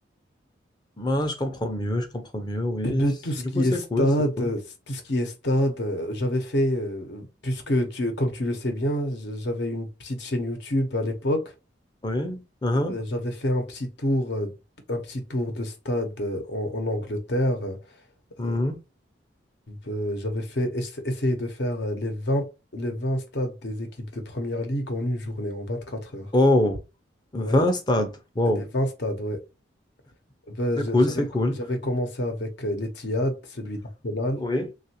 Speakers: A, on the left; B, on the left.
A: Moi, je comprends mieux, je comprends mieux, oui.
B: Eh ben,
A: C'est-
B: tout ce
A: Du
B: qui
A: coup,
B: est
A: c'est
B: stade,
A: cool, c'est cool.
B: euh, tout ce qui est stade, euh, j'avais fait, euh, puisque tu, comme tu le sais bien, j- j'avais une petite chaîne YouTube à l'époque.
A: Oui. uhum.
B: Euh, ben, J'avais fait un petit tour, euh, un petit tour de stade euh, en, en Angleterre.
A: Mhm.
B: euh, Euh, j'avais fait ess- essayer de faire euh, les vingt les 20 stades des équipes de première ligue en une journée, en 24 heures.
A: Oh, Vingt
B: Ouais,
A: stades. Wow.
B: les 20 stades, ouais. Ben,
A: C'est
B: je-
A: cool,
B: j'avais,
A: c'est cool.
B: co- j'avais commencé avec euh, l'Etihad, celui d'Arsenal.
A: Oui,